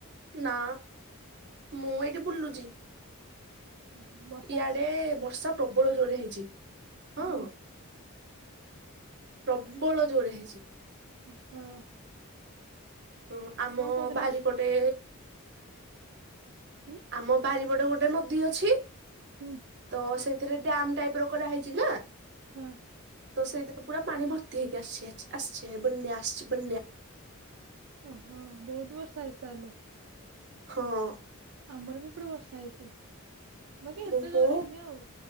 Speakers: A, on the right; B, on the right.
A: ନା ମୁଁ ଏଇଠି ବୁଲୁଛି।
B: ଓୁ ହଁ।
A: ଇାଡେ ବର୍ଷା ପ୍ରବଳ ଜୋର ରେ ହେଇଛି। ହଁ
B: ହୁଁ
A: ପ୍ରବଳ ଯୋରେ ହେଇଛି।
B: ହଁ।
A: ହଁ ଆମ
B: କୋଉଦିନ
A: ବାରିପଟେ
B: ଆସ ଉଁ
A: ଆମ ବାରିପଟେ ଗୋଟେ ନଦୀ ଅଛି।
B: ହୁଁ।
A: ତ ସେଥିରେ ଡମ୍ ଟାଇପ ର କଡା ହେଇଛି ନା।
B: ହଁ।
A: ତ ସେଇଥିରେ ପୁରା ପାଣି ଭର୍ତ୍ତି ହେଇକି ଆସି ଆସିଛି। ବନ୍ୟା ଆସିଛି ବନ୍ୟା।
B: ଓହୋ ବହୁତ ବର୍ଷ ହେଇ ତାହେଲେ।
A: ହଁ।
B: ଆମର ବି ପଡେ ବର୍ଷା ହେଇଛି ବାକି ଏତେ
A: ଓହୋ
B: ଜର ହେଇନି ଆଉ।